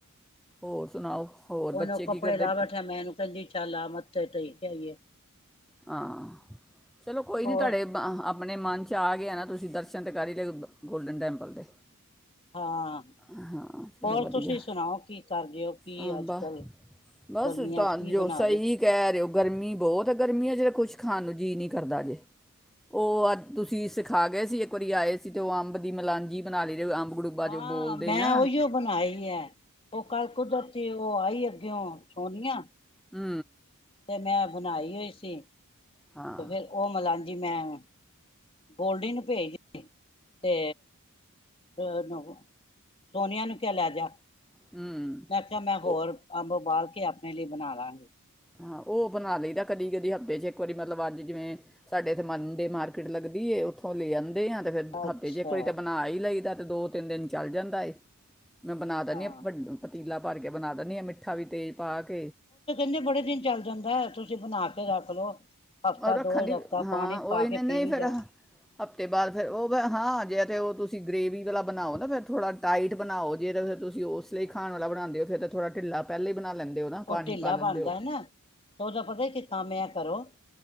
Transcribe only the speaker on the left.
ਉਹਨੂੰ
ਕੱਪੜੇ
ਲਾ
ਬੈਠਿਆ ਮੈਂ ਇਹਨੂੰ ਕਹਿੰਦੀ ਚੱਲ ਆ ਮੱਥੇ ਤੇ ਹੀ ਚੱਲ ਕੇ ਆਈਏ।
ਹੋਰ
ਹਾਂ,
ਹੋਰ
ਤੁਸੀਂ ਸੁਣਾਓ ਕੀ ਕਰ ਰਹੇ ਹੋ ਕਿ
ਅੱਜਕੱਲ
ਗਰਮੀਆਂ
'ਚ ਕੀ
ਬਣਾ
ਰਹੇ?
ਹਾਂ
ਮੈਂ
ਉਹੀਓ ਬਣਾਈ ਏ, ਉਹ ਕੱਲ ਕੁਦਰਤੀ ਉਹ ਆਈ ਕਿਉਂ ਸੋਨੀਆਂ
ਮੈਂ ਬਣਾਈ ਹੋਈ ਸੀ।
ਤੇ ਫਿਰ ਉਹ ਮਲਾਣੀ ਅੱਧੀ ਮੈਂ, ਗੋਲਡੀ ਨੂੰ ਭੇਜ ਦਿੱਤੀ। ਤੇ <unintelligible> ਸੋਨੀਆ ਨੂੰ ਕਿਆ ਲੈ ਜਾ।
ਮੈਂ ਖਿਆ ਮੈਂ ਹੋਰ
ਅੰਬ ਉਬਾਲ ਕੇ ਆਪ ਲਈ ਬਣਾ ਲਵਾਂਗੇ,
ਅੱਛਾ
ਹਾਂ
ਕਨਦੇ ਬੜੇ ਦਿਨ ਚੱਲ ਜਾਂਦਾ ਤੁਸੀਂ ਬਣਾ ਕੇ ਰੱਖ ਲਓ ਹਫ਼ਤਾ
ਦੋ
ਹਫ਼ਤਾ
ਪਾਣੀ ਪਾ
ਕੇ
ਪੀ ਵੀ
ਜਾਓ
ਹਾਂ
ਉਹ
ਢਿੱਲਾ
ਬਣਦਾ
ਏਨਾ, ਤੇ ਉਹਦਾ ਪਤਾ ਹੀ ਕਿ ਕੰ ਮ ਆ ਕਰੋ